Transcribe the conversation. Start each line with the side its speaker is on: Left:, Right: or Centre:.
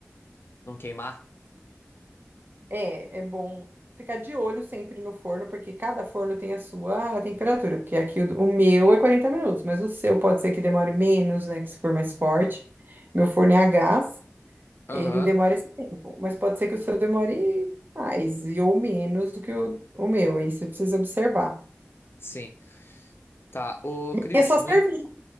Left: não queimar.
Right: É, é bom ficar de olho sempre no forno, porque cada forno tem a sua temperatura. Porque aqui o, o meu é 40 minutos, mas o seu pode ser que demore menos, né? Que se for mais forte. Meu forno é a gás,
Left: Aham,
Right: ele demora esse tempo, mas pode ser que o seu demore mais e ou menos do que o, o meu, aí você precisa observar.
Left: sim. Tá, ô Cris,
Right: É só
Left: muito.
Right: servir,